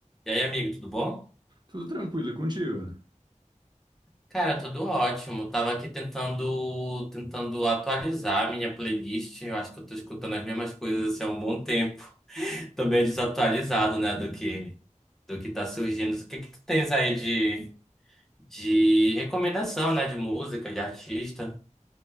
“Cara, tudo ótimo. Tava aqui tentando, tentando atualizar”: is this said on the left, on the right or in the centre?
Centre